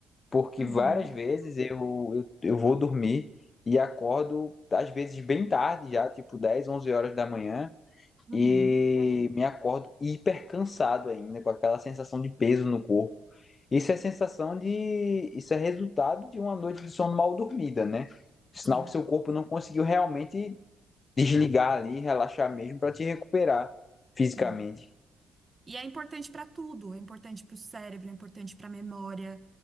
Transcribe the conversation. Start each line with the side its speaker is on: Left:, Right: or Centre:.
Left: Porque
Right: Uhum,
Left: várias vezes eu, eu, eu vou dormir e acordo, às vezes, bem tarde já, tipo 10, 11 horas da manhã,
Right: uhum.
Left: e me acordo hiper cansado ainda, com aquela sensação de peso no corpo. Isso é sensação de. Isso é resultado de uma noite de sono mal dormida, né? Sinal
Right: Sim,
Left: que seu corpo não conseguiu realmente desligar ali, relaxar mesmo para te recuperar fisicamente.
Right: sim. E é importante para tudo. É importante para o cérebro, é importante para a memória,